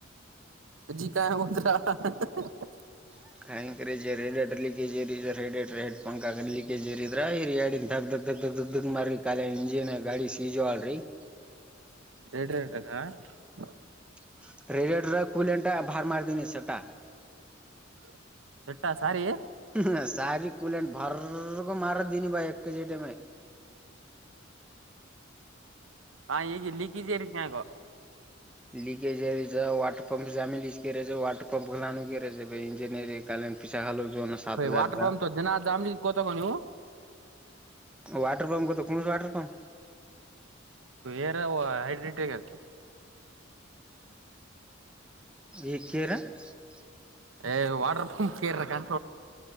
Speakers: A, on the right; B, in the centre.
A: <unintelligible>
B: <unintelligible> ಧಕ್ ಧಕ್ ಧಕ್ ಧಕ್ ಧಕ್ <unintelligible>
A: <unintelligible>
B: <unintelligible>
A: <unintelligible> ಸಾರಿ
B: ಹ ಸಾರಿ ಕೂಲೆನ್ ಬಾರ್ ಮಾರ್ ಮಾರದನಿ ಭಾಯ ಎ ಜಟಮ
A: ಹ ಲೀಕಿಜ ರೀತಿ ಕಕ
B: ಲೀಕೆಜ ವಾಟರ್ ಪಂಪ್ ಜಾಮೆ ಲೀಕ್ೇ ವಾಟರ್ ಪಂಪ್ ಖಲಾಣು ಕ ಇಂಜಿನಿಯರಿ ಕಾಲ ಪಿಸಾಖೋ ಜನ ಸತ್ ಹಾಜಾರ
A: ವಾಟರ್
B: ರೂಪಾಯಿ
A: ಪಂಪ್ ಜನ ಜಾಮ್ಲಿ ಕೋತಕೋ ನೀವು
B: ವಾಟರ್ ಪಂಪ್ ಕತ್ತು ಕಸ ವಾಟರ್ ಪಂಪ
A: ಏರ್ ಹೈಡ್ರಿಡಿಟಿಗ ಇತ
B: <unintelligible>
A: ಏ ವಾಟರ್ ಪಂಪ್ ಕೆೋಡಿಕ